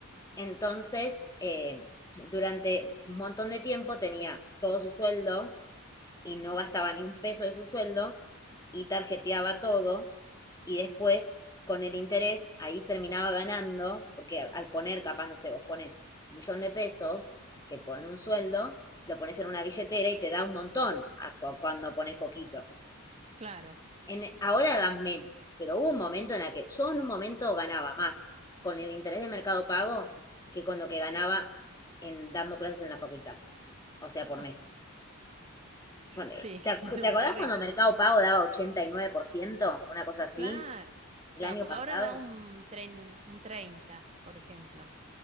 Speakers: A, on the left (about 15°); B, on the right (about 30°).
A: Entonces, eh, durante un montón de tiempo tenía todo su sueldo y no gastaba ni un peso de su sueldo y tarjeteaba todo y después con el interés ahí terminaba ganando, porque al poner capaz, no sé, vos pones un millón de pesos, que ponen un sueldo, lo pones en una billetera y te da un montón a cu- cuando pones poquito.
B: claro.
A: En, ahora dan menos, pero hubo un momento en el que yo en un momento ganaba más con el interés de Mercado Pago que con lo que ganaba en, dando clases en la facultad, o sea, por
B: <laughs>
A: mes. Pone-
B: Sí,
A: ¿Te ac-
B: <laughs> no,
A: te acordás
B: terrible.
A: cuando Mercado Pago daba ochenta y nueve por ciento una cosa así,
B: Claro,
A: el
B: claro,
A: año
B: porque
A: pasado?
B: ahora da un tren, un 30, por ejemplo.